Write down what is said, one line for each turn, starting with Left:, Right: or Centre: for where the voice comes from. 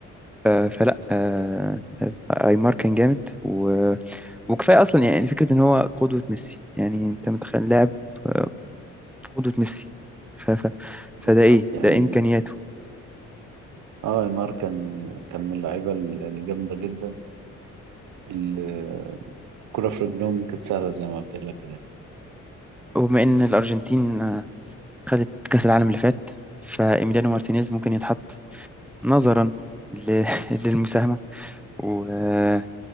Centre: ف- فلا آه، آه، ايمار كان جامد و- وكفايه اصلا يعني فكره ان هو قدوه ميسي يعني انت متخيل لاعب آه، قدوه ميسي ف... ف... فده
Right: بالظبط
Centre: ايه
Right: يعني
Centre: ده امكانياته
Right: اه عمار كان كان من اللعيبة الجامدة جدا ال- الكرة في رجلهم كانت سهلة زي ما قلت لك كده
Centre: وبما ان الارجنتين آه، خدت كاس العالم اللي فات فايميليانو مارتينيز ممكن يتحط نظرا ل... <laughs> للمساهمه و... آه،